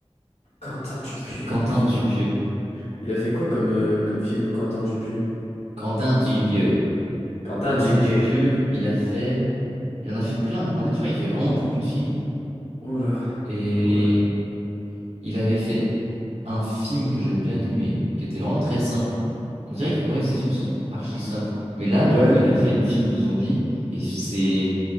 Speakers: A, on the left; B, on the right.
A: Quentin Dupieux,
B: C'est Quentin
A: il a fait
B: Dupieux.
A: quoi? Il a fait quoi comme, euh, comme film Quentin Dupieux?
B: Quentin Dupieux.
A: Quentin
B: Quentin
A: Dupieux.
B: Dupieux, il a fait. Il en a fait plein. Mais En fait, tu vois, il fait vraiment beaucoup de films.
A: Oh là.
B: Et
A: Ouais.
B: il avait fait
A: Oh,
B: un film que j'avais bien aimé, qui était vraiment très simple. On dirait que ouais, ces films sont archi simples. Mais là,
A: Ouais.
B: du coup, il a fait le film de zombie. Et c'est...